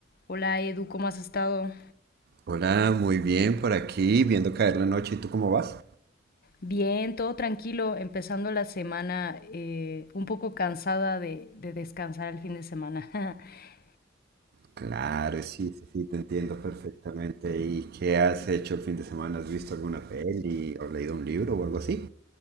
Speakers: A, on the left; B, on the right.
A: Hola Edu, ¿cómo has estado?
B: Hola, muy bien por aquí, viendo caer la noche. ¿Y tú cómo vas?
A: Bien, todo tranquilo, empezando la semana eh, un poco cansada de, de descansar el fin de semana. <laughs>
B: Claro, sí, sí, sí, te entiendo perfectamente. ¿Y qué has hecho el fin de semana? ¿Has visto alguna peli o leído un libro o algo así?